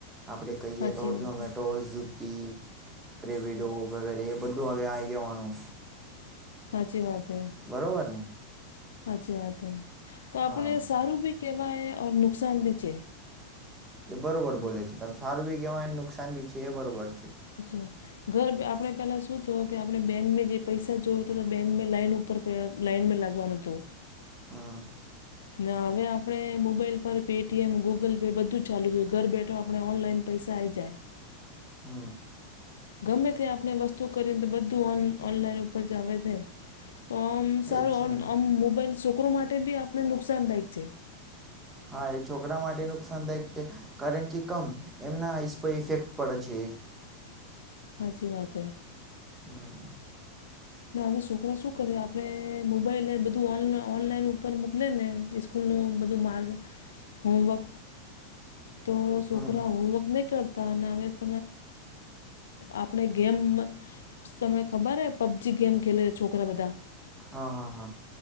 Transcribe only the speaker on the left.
સાચી
વાત
હાચી વાત હે.
સાચી વાત હો તો આપણે
સારું બી કહેવાય ઓ નુકસાન બી છે.
<inaudible> ઘર આપણે પેલા શું થયું કે આપણે બેંક જે પૈસા જોવ તો તો બેંક લાઈન ઉપર પ લાઈનમાં લાગવાનો હતો.
ને હવે આપણે મોબાઈલ પર પેટીએમ, ગૂગલ પે બધું જ ચાલુ થયું. ઘર બેઠો આપણે ઓનલાઈન પૈસા આવીઈ જાય.
ગમે ત્યાં આપણે વસ્તુ કરીને તો બધુંન ઓનલાઈન ઉપર જ આવે છે. તો આમ સારું
આમ મોબાઈલ છોકરો માટે બી આપને નુકસાનદાયક છે.
હાચી વાત હે.
ના હવે છોકરા શું કરે આપે મોબાઈલ બધું ઓનલાઈનર મોકલે ને <inaudible> માર્ગ હોમવક, તો છોકરા
હોમવર્ક નહી કરતા હવે ત આપણે ગેમ તમને ખબર હે? પબ્ગી ગેમ ખેલે છે છોકરા બધા.